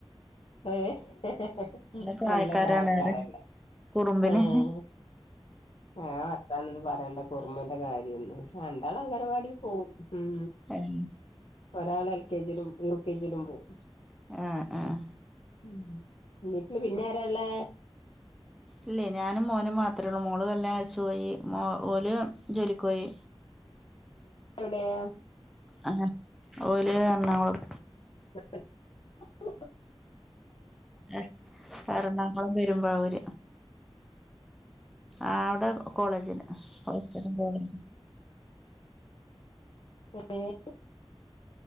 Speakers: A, on the left; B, in the centre.
A: ഏഹ്
B: പ്രായക്കാരാണ്
A: നല്ല പ്രായ ക്കാരല്ലേ
B: പറയ കുറുമ്പിന്
A: ഏഹ് ആഹ് താനൊന്നും പറയണ്ട കുർമേന്റെ കാര്യൊന്നും രണ്ടാള് അംഗനവാടി പോകും ഉം
B: ഏഹ്
A: ഒരാൾ എൽ കെ ജിയിലും യു കെ ജിയിലും പോവും
B: ആഹ് ആഹ്
A: ഉം വീട്ടില് പിന്നാരാള്ളേ
B: ഇല്ലേ ഞാനും മോനും മാത്രെള്ളൂ മോള് കല്യാണം കഴിച്ച് പോയി മൊ ഓല് ജോലിക്ക് പോയി
A: എവിടെയ
B: അങ്ങ് ഓല് എറണാകൂളം
A: <inaudible>
B: എ എറണാംകുളം പെരുമ്പാവൂർ ആഹ് അവിടെ കോളേജിന് ഹോസ്റ്റലും കോളേജും
A: ഏഹ്